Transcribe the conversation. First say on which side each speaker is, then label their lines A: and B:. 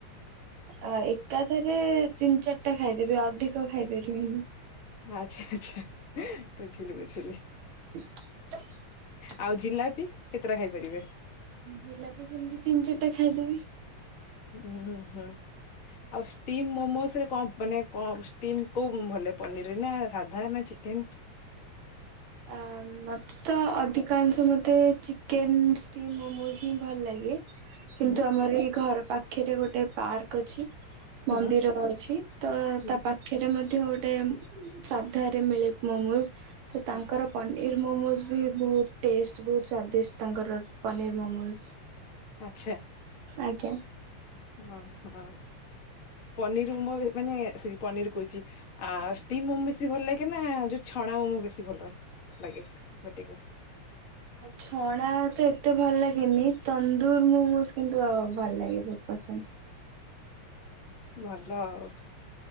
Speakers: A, on the right (about 75°); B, on the left (about 40°).
A: ଆ ଏକାଥରେ ତିନି ଚାରିଟା ଖାଇଦେବି ଅଧିକ ଖାଇପାରିବିନି
B: ଆଚ୍ଛା ଆଚ୍ଛା ବୁଝିଲି ବୁଝିଲି
A: <inaudible>
B: ଆଉ ଜିଲାପି କେତେଟା ଖାଇ ପାରିବେ?
A: ଜିଲାପି ସେମିତି ତିନି ଚାରିଟା ଖାଇଦେବି
B: ହୁଁ ହୁଁ ହୁଁ। ଆଉ ଷ୍ଟିମ୍ ମୋମୋସରେ କଁ ମାନେ କଁ ଷ୍ଟିମ୍ କୋଉ ଭଲଲାଗେ ପନିରରେ ନା ସାଧା ନା ଚିକ କେନ
A: ଆ ମତେ ତ ଅଧିକାଂଶ ମତେ ଚିକେନ ଷ୍ଟିମ୍ ମୋମୋଜ ହିଁ ଭଲ ଲାଗେ କିନ୍ତୁ
B: ହୁଁ
A: ଆମର ଏଇ ଘର ପାଖରେ ଗୋଟେ ପାର୍କ ଅଛି
B: ହୁଁ
A: ମନ୍ଦିର ଅଛି ତ
B: ହୁଁ
A: ତା ପାଖରେ ମଧ୍ୟ ମଧ୍ୟ ଗୋଟେ ସାଧା ରେ ମିଳେ ମମୋଜ ତ ତାଙ୍କର
B: ହୁଁ।
A: ପନିର ନିର ମୋମୋଜ ବି ବହୁତ ଟେଷ୍ଟ ବହୁ ସ୍ଵାଦିଷ୍ଟ ତାଙ୍କର ପନିର ମୋମୋଜ
B: ଆଚ୍ଛା।
A: ଆଜ୍ଞା।
B: ଅ ହ ପନିରମୋମ ବେ ସରି ମାନେ ପନିର କହୁଚି ଆଉ ଷ୍ଟିମ ମୋମୋ ବେଶୀ ଭଲ ଲାଗେ ନା ଯଉ ଛ ଣା ମୋମ ବେଶୀ ଭଲ ଲାଗେ ପାଟିକୁ?
A: ଛଣା ତ ଏତେ ଭଲ ଲାଗେନି ତନ୍ଦୁର ମୋମୋଜ କିନ୍ତୁ ଆଉ ମୋମ୍ ଭଲ ଲାଗେ ବହୁତ ପସନ୍ଦ।
B: ଭଲ ଆଉ।